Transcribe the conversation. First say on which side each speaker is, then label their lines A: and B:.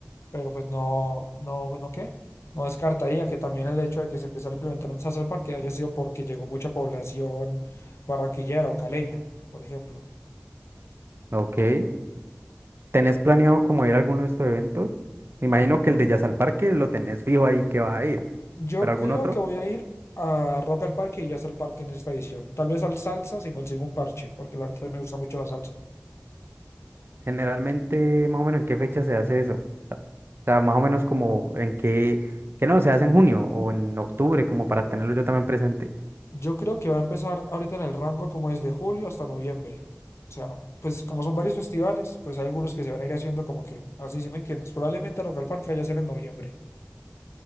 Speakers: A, on the left (about 80°); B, on the right (about 60°).
A: pero pues no, no, ¿no qué? No descartaría que también el hecho de que se empezara a implementar un salsa parque haya sido porque llegó mucha población barranquillera o caleña, por ejemplo.
B: Ok. ¿Tenés planeado como ir a alguno de estos eventos? Me imagino que el de Jazz al Parque lo tenés fijo ahí que vas a ir,
A: Yo
B: pero algún
A: creo
B: otro.
A: que voy a ir a Rock al Parque y ya es el parque en esta edición. Tal vez al salsa si consigo un parche, porque la verdad me gusta mucho la salsa.
B: Generalmente, más o menos, ¿en qué fecha se hace eso? O sea, más o menos como en qué, que no, se hace en junio o en octubre, como para tenerlo yo también presente.
A: Yo creo que va a empezar ahorita en el rango como desde julio hasta noviembre. O sea, pues como son varios festivales, pues hay algunos que se van a ir haciendo como que, así si me entiendes. Probablemente Rock al Parque vaya a ser en noviembre,